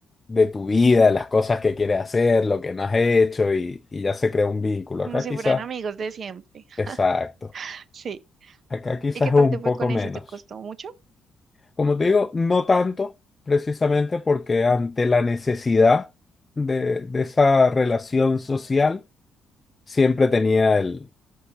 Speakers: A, on the left (about 25°); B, on the right (about 55°).
A: de tu vida, de las cosas que quieres hacer, lo que no has hecho y, y ya se crea un vínculo.
B: como
A: Acá
B: si
A: quizás,
B: fueran amigos de siempre.
A: exacto,
B: <laughs> Sí.
A: acá quizás
B: ¿Y qué
A: es
B: tal
A: un
B: te fue
A: poco
B: con
A: menos.
B: eso? ¿Te costó mucho?
A: Como te digo, no tanto, precisamente porque ante la necesidad de, de esa relación social, siempre tenía el,